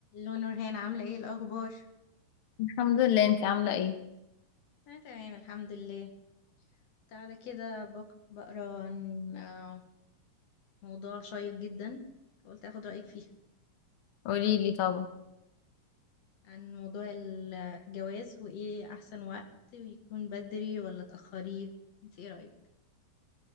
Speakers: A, on the left; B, on the left.
A: لو نورهان عاملة ايه الأخبار؟
B: الحمد لله انت عاملة ايه
A: أنا تمام الحمد لله كنت قاعدة كده بق- بقرا عن آه، موضوع شيق جدا فقلت أخد رأيك فيه
B: قولي لي طبعا
A: عن موضوع الجواز وإيه أحسن وقت ويكون بدري ولا تأخريه انت ايه رأيك؟